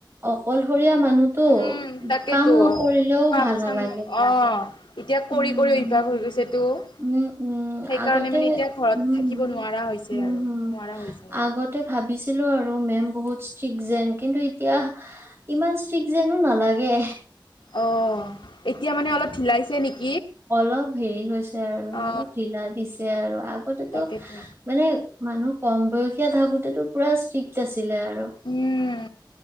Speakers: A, on the right (about 30°); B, on the left (about 80°).
A: অকলশৰীয়া মানুহতো
B: উম তাকেইতো
A: কাম নকৰিলেও
B: কাম-চাম
A: ভাল নালাগে।
B: ন অ এতিয়া কৰি
A: উম
B: কৰি অভ্যাস হৈ গৈছে তো সেইকাৰণে
A: উম উম আগতে
B: মানে এতিয়া ঘৰত
A: উম
B: থাকিব নোৱাৰা হৈছে
A: উম,
B: আৰু
A: হুম।
B: নোৱাৰা হৈছে।
A: আগতে ভাবিছিলো আৰু মেম বহুত ষ্ট্ৰিক্ট যেন কিন্তু এতিয়া ইমান ষ্ট্ৰিক যেনো নালাগে।
B: অঁ এতিয়া মানে অলপ ঢিলাইছে নেকি?
A: অলপ হেৰি হৈছে আৰু
B: অ
A: অলপ ঢিলা দিছে আৰু আগতেতো
B: তাকেতো
A: মানে মানুহ কম বয়সীয়া থাকোতেটো পোৰা ষ্ট্ৰিক্ট আছিলে আৰু
B: উম